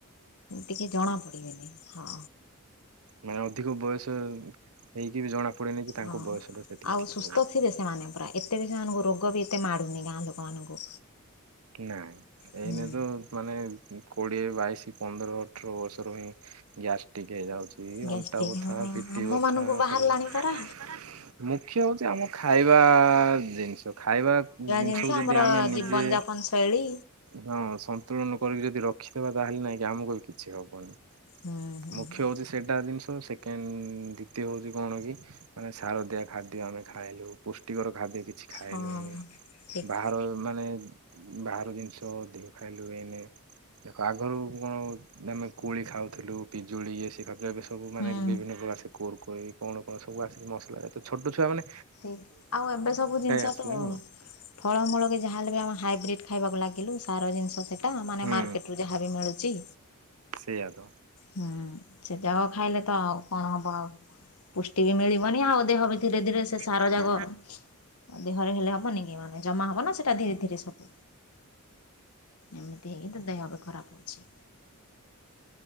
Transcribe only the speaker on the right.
ମାନେ ଅଧିକ ବୟସ ହେଇକି ବି ଜଣା ପଡେନି ଯେ ତାଙ୍କ
ବୟସଟା ସେତିକି
ଥିବ।
ନାଇଁ
ଏଇନେ ତ ମାନେ କୋଡିଏ ବାଇଶ ପନ୍ଦର ଅଠର ବର୍ଷରୁ ହିଁ ଗ୍ୟାସ୍ ଟିକ ହେଇଯାଉଛି।
ଅଣ୍ଟା ବଥା
ପିଟି
ବଥା
ସବୁ
ମୁଖ୍ୟ ହଉଛି ଆମ ଖାଇ ଜିନିଷ ତ ଖାଇବା ଜିନିଷକୁ
ଯଦି
ଆମେ ନିଜେ
ହଁ ସନ୍ତୁଳନ କରି। ଯଦି ରଖିଦବା ତାହେଲେ ନାଇଁକ ଆମକୁ ବି କିଛି ହବନି
ମୁଖ୍ୟ
ହଉଛି ସେଇଟା ଜିନିଷ ସେକେଣ୍ଡ ଦ୍ଵିତୀୟ ହଉଛି କଣ କି ମାନେ ଶାରଦିଆ ଖାଦ୍ୟ ଆମେ ଖାଇଲୁ ପୁଷ୍ଟିକର ଖାଦ୍ୟ କି କିଛି ଖାଇଲୁଣି
ବାହାର ମାନେ ବାହାର ଜିନିଷ ଅଧିକ ଖାଇଲେ ହୁଏନି ଦେଖ ଆଗରୁ କଣ ଆମେ କୋଳି ଖାଉଥିଲୁ। ପିଜୁଳି ଇଏ ସିଏ କାଜୁ ବାଇ ବେସ ସବୁ ମାନେ
ବିଭିନ୍ନ ପ୍ରକାର ସେ କୋର୍ କୁ କୁଇ କଣ କଣ ସବୁ ଆସି ମସଲା ଯା ତ ଛୋଟ ଛୁଆ ମାନେ
ଆସିଲେଣି।
ହୁଁ
ସେଇଆ ତ
<unintelligible> କୁ ନିଜେ